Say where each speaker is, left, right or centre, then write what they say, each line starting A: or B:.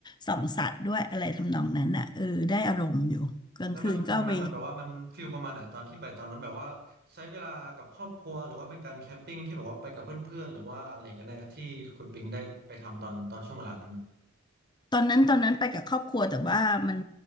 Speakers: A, on the left; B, on the right.
A: ส่องสัตว์ด้วยอะไรทำนองนั้นอ่ะเออได้อารมณ์อยู่กลางคืนก็ไป
B: แล้วมันคุ้มไหมมันแบบว่ามันฟิลประมาณไหนตอนที่ไปตอนนั้นแบบว่าใช้เวลากับครอบครัวหรือว่าเป็นการแคมปิ้งที่แบบว่าไปกับเพื่อนๆหรือว่าอะไรกันแน่ที่คุณปิงได้ไปทำตอนตอนช่วงเวลานั้นนะ
A: ตอนนั้นตอนนั้นไปกับครอบครัวแต่ว่ามัน